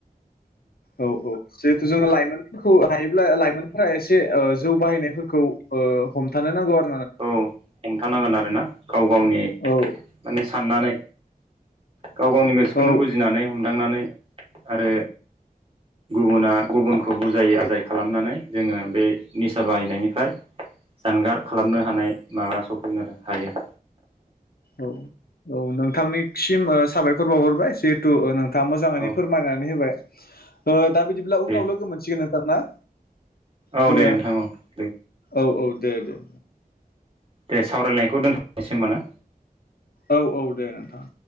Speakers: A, on the left; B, on the right.
A: औ औ जेहेथु जोङो लाइमोन खौ हायोब्ला लाइमोनफ्रा एसे ओ जौ बाहायनायफोरखौ ओ हमथानो नांगौ आर
B: अ हमथानांगोन आरोना गाव गावनि
A: औ
B: माने साननानै गाव गावनि गोसोखौनो
A: औ
B: बुजिनानै हमदांनानै आरो गुबुना गुबुनखौ बुजाय आजाय खालामनानै जोङो बे निसा बाहायनायनिफ्राय जानगार खालामनो हानाय माबा सफैगोन आरो हायो।
A: औ औ नोंथांनिसिम ओ साबायखर बावहरबाय जिहेथु ओ नों थाङा मोजाङैनो
B: औ
A: फोरमायनानै होबाय ओ दा बिदिब्ला उनाव
B: दे
A: लोगो मोनसिगोन नोंथां ना?
B: औ
A: जोङो
B: दे नोंथां औ दे
A: औ औ दे दे।
B: दे सावरायलायखौ दोनथ'नोसै होमबा ना?
A: औ औ दे नोंथां।